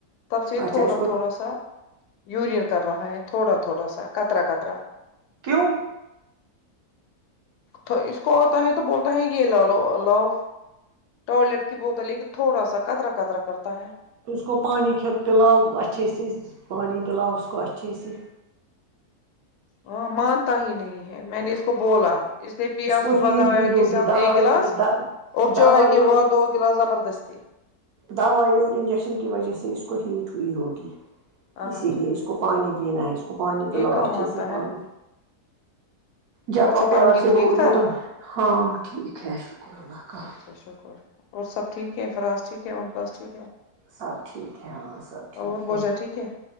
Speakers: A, on the left; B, on the right.
A: تب سے یہ
B: اچھا
A: تھوڑا
B: اس کو
A: تھوڑا سا یورین کر رہا ہے تھوڑا تھوڑا سا کطرا کطرا
B: کیوں
A: تو اس کو ہے تو بولتا ہے یہ لا لو لاؤ ٹوائلٹ کی بوت ہے لیکن تھوڑا سا کترا کترا کرتا ہے
B: اس کو پانی پلاؤ اچھے سے پانی پلاؤ اس کو اچھے سے
A: ہاں مانتا ہی نہیں ہے میں نے اس کو بولاہے اس لیے پیا
B: کو
A: صبح
B: ہیٹ
A: دوی
B: بھی
A: اکےسات
B: ہوگی دوائی
A: ایک گلاس
B: ان کی دوائی
A: اور چائے کے بعد
B: اور
A: دو گلاس زبردست تھی
B: دوائی اور انجیکشن کی وجہ سے اس کو ہیٹ ہوئی ہوگی
A: ہاں
B: اسی لیے اس کو پانی پینا ہے اس کو پانی پلاو
A: یہ کہاں
B: اچھے
A: مانتا
B: اس
A: ہے
B: پانی جب
A: اچھا
B: آپ پیار
A: تمکن
B: سے
A: ٹھیک
B: بولو
A: تھا
B: گے تم ہاں ٹھیک ہے شکر اللہ کا
A: اچھا شکر اور سب ٹھیک ہے فراز ٹھیک ہے ام پاس ٹھیک ہے
B: سب ٹھیک ہے ہاں سب ٹھیک
A: اور بوجا ٹھیک ہے